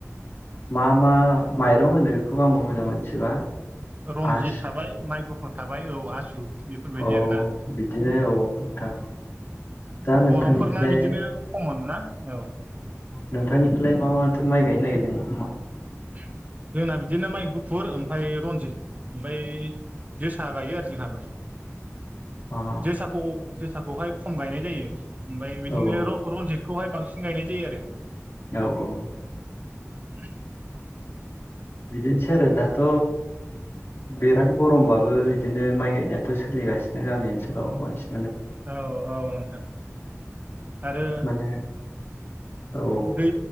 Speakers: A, on the left; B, on the right.
A: मा मा माइरं होनो बेखौबो आं मोजां मोनथिबा
B: रनजित
A: आसु
B: थाबाय माइ गुफुर थाबाय औ आसु बेफोरबायदि
A: औ
B: आरोना
A: बिदिनो औ नोंथां दा नोंथांनिखौलाय
B: बर'फोरना बिदिनो खमन ना औ
A: नोंथांनिखौलाय मा माथो माइ गायनो नागिरदों नोंथांङा
B: <unintelligible> जोंना बिदिनो माइ गुफुर ओमफ्राय रनजित ओमफफ्राय जोसा गायो आरो जोंहाबो
A: अ
B: जोसाखौ जोसाखौहाय खम गायनाय जायो ओमफ्राय बिदिनो
A: औ
B: रनजितखौहाय बांसिन गायनाय जायो आरो
A: औ औ
B: <unintelligible>
A: बिदिनोसै आरो दाथ' बिराद गरमबाबो बिदिनो माइ गायनायाथ' सोलिगासिनो गामि ओनसोलाव बांसिन
B: औ औ नोंथां आरो
A: माने औ
B: दै